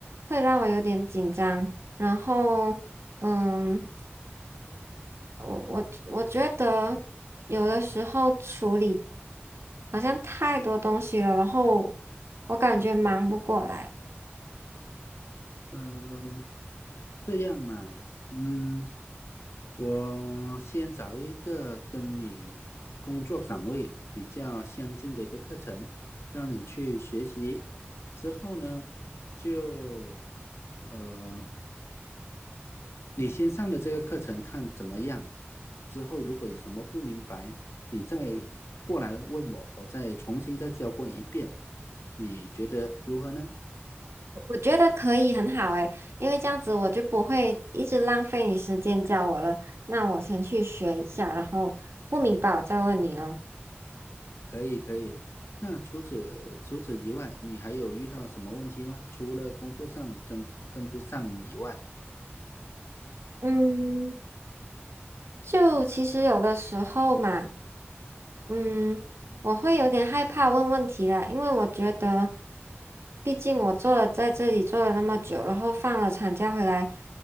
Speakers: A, on the right; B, on the left.
A: 会让我有点紧张。然后，嗯，我我我觉得有的时候处理。好像太多东西了，然后我感觉忙不过来。
B: 嗯，这样嘛，嗯。我先找一个跟你工作岗位比较相近的一个课程，让你去学习。之后呢，就呃，你先上了这个课程看怎么样。之后如果有什么不明白，你再过来问我，我再重新再教过你一遍。你觉得如何呢？
A: 我觉得可以很好诶，因为这样子我就不会一直浪费你时间教我了。那我先去学一下，然后不明白我再问你哦。
B: 可以，可以。那除此除此以外，你还有遇到什么问题吗？除了工作上跟跟不上以外。
A: 嗯，就其实有的时候嘛，嗯，我会有点害怕问问题啦，因为我觉得，毕竟我做了在这里做了那么久，然后放了产假回来，